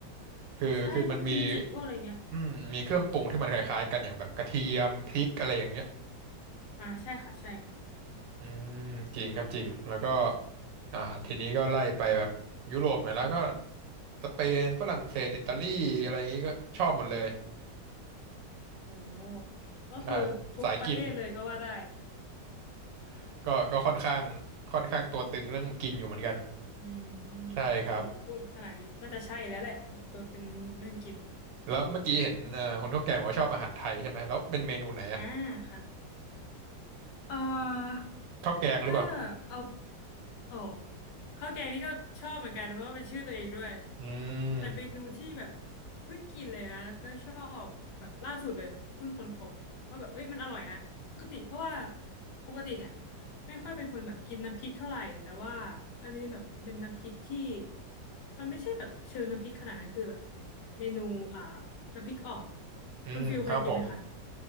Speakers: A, on the right (about 85°); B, on the left (about 75°).
A: คือคือมันมี
B: ใช่พวกกิมจิพวกอะไรเงี้ย
A: อืมมีเครื่องปรุงที่มันคล้ายๆกันอย่างแบบกระเทียมพริกอะไรอย่างเงี้ย
B: อ่าใช่ค่ะใช่
A: อืมจริงครับจริงแล้วก็อ่าทีนี้ก็ไล่ไปแบบยุโรปหน่อยแล้วก็สเปนฝรั่งเศสอิตาลีอะไรอย่างงี้ก็ชอบหมดเลย
B: โอ้โหก็คือทุกประเทศเลยก็ว่าได้
A: ใช่เป็นสายกิน <laughs> ก็ก็ค่อนข้างค่อนข้างตัวตึงเรื่องกินอยู่เหมือนกัน
B: อืมอืมโอ้โหพูดขนาดนี้น่าจะใช่แล้วแหละตัวตึงเรื่องกิน
A: ใช่ครับแล้วเมื่อกี้เห็นเอ่อคนข้าวแกงบอกว่าชอบอาหารไทยใช่ไหมแล้วเป็นเมนูไหนอะ
B: อ่าค่ะเอ่อ
A: ข้าวแกงหรือเปล่า
B: ถ้าเอาโอ้ข้าวแกงนี่ก็ชอบเหมือนกันเพราะว่าเป็นชื่อตัวเองด้วย
A: อืม
B: แต่เมนูที่แบบเพิ่งกินเลยนะแล้วก็ชอบแบบล่าสุดเลยเพิ่งค้นพบว่าแบบเอ้ยมันอร่อยนะปกติเพราะว่าปกติเนี่ยไม่ค่อยเป็นคนแบบกินน้ำพริกเท่าไหร่แต่ว่าอันนี้แบบเป็นน้ำพริกที่มันไม่ใช่แบบเชิงน้ำพริกขนาดนั้นคือแบบเมนูอ่าน้ำพริกอ่อง
A: อืมครับผม
B: คุณฟิลเคยกินไหมคะ